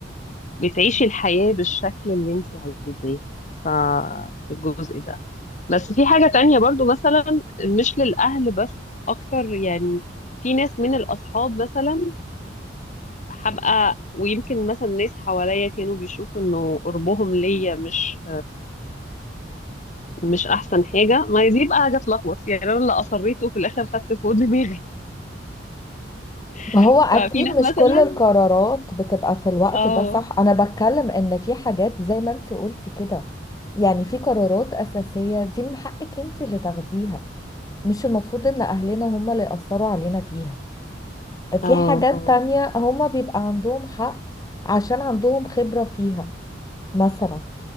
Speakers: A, on the left; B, on the left.
A: بتعيشي الحياة بالشكل اللي انت عايزاه ففي الجزء ده بس في حاجة تانية برضو مثلا مش للأهل بس أكتر يعني في ناس من الأصحاب مثلا هبقى ويمكن مثلا ناس حواليا كانوا بيشوفوا إنه قربهم ليا مش مش أحسن حاجة ما هي دي بقى حاجة تلخبط يعني أنا اللي أصريته في الآخر خدت فوق دماغي <laughs>
B: ما هو اكيد
A: ففي ناس
B: مش
A: مثلا
B: كل القرارات بتبقى في الوقت
A: اه
B: ده صح انا بتكلم ان في حاجات زي ما انت قلتي كده يعني في قرارات اساسية دي من حقك انت اللي تاخديها مش المفروض ان اهلنا هم اللي يأثروا علينا فيها في
A: اه
B: حاجات
A: اه
B: تانية هم بيبقى عندهم حق عشان عندهم خبرة فيها مثلا